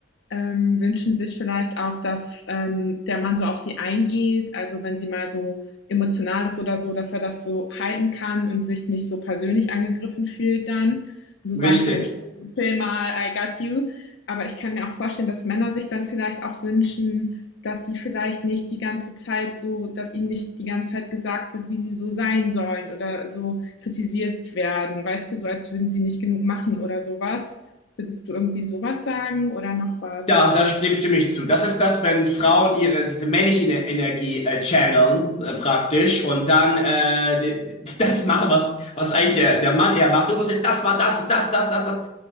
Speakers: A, on the left; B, on the left.
A: ähm, wünschen sich vielleicht auch, dass ähm, der Mann so auf sie eingeht, also wenn sie mal so emotional ist oder so, dass er das so halten kann und sich nicht so persönlich angegriffen fühlt dann und so sagen
B: Richtig.
A: kann, okay, chill mal, I got you. Aber ich kann mir auch vorstellen, dass Männer sich dann vielleicht auch wünschen, dass sie vielleicht nicht die ganze Zeit so, dass ihnen nicht die ganze Zeit gesagt wird, wie sie so sein sollen oder so kritisiert werden. Weißt du, so als würden sie nicht genug machen oder sowas. Würdest du irgendwie sowas sagen oder noch was?
B: Da, da, st- dem stimme ich zu. Das ist das, wenn Frauen ihre diese männliche Ener- Energie äh, channeln äh, praktisch und dann äh, d- d- <laughs> das machen, was was eigentlich der der Mann eher macht. Du musst jetzt das war das ist das das das das.